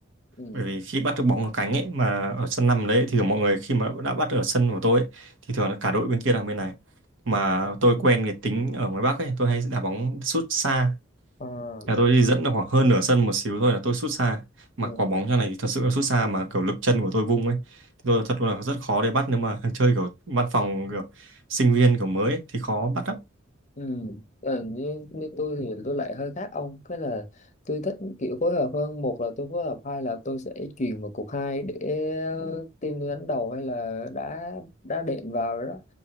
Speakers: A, on the left; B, on the right.
A: ừ.
B: bởi vì khi bắt được bóng ở cánh ấy mà ở sân năm đấy thì mọi người khi mà đã bắt ở sân của tôi ấy, thì thường là cả đội bên kia đang bên này mà tôi quen cái tính ở ngoài Bắc ấy tôi hay đá bóng sút xa
A: À,
B: là tôi đi dẫn được khoảng hơn nửa sân một xíu thôi là tôi sút xa mà
A: ừ.
B: quả bóng trong này thì thật sự là sút xa mà kiểu lực chân của tôi vung ấy thì tôi thật là rất khó để bắt nếu mà <laughs> chơi kiểu văn phòng kiểu sinh viên kiểu mới ấy, thì khó bắt lắm
A: Ừ. Ờ, như, như tôi thì tôi lại hơi khác ông cái là tôi thích kiểu phối hợp hơn một là tôi phối hợp hai là tôi sẽ chuyền vào cục hai để ờ, team tôi đánh đầu hay là đá đá đệm vào rồi đó